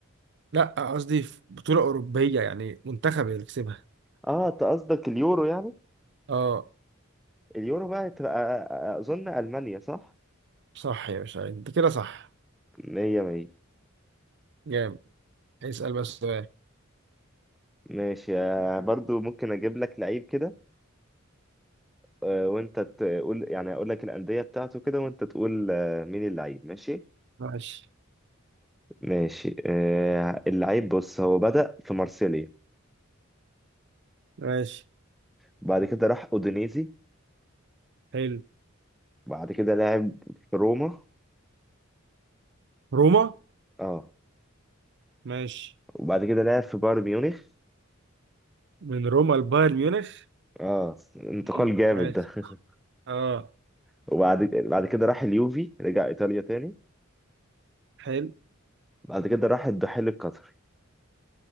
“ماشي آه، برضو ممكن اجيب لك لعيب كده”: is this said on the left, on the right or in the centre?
Centre